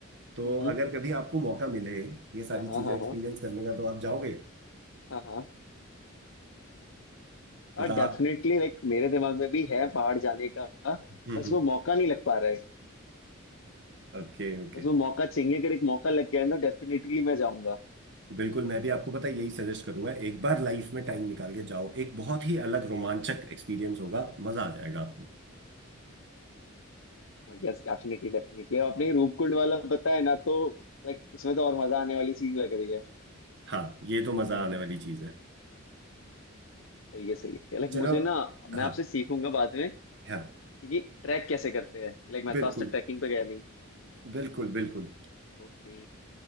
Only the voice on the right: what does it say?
तो
अगर कभी आपको
मौका मिले ये सारी
चीजें
एक्सपीरियंस
करने का तो आप जाओगे
मतलब
आप
हम्म
Okay okay
बिल्कुल मैं भी आपको पता है यही सजेस्ट करूंगा एक बार लाइफ में टाइम निकाल के जाओ एक बहुत ही अलग रोमांचक एक्सपीरियंस होगा मजा आ जाएगा आपको
हाँ ये तो
मजा आने वाली चीज है
चलो
हाँ
हाँ
बिल्कुल
बिल्कुल बिल्कुल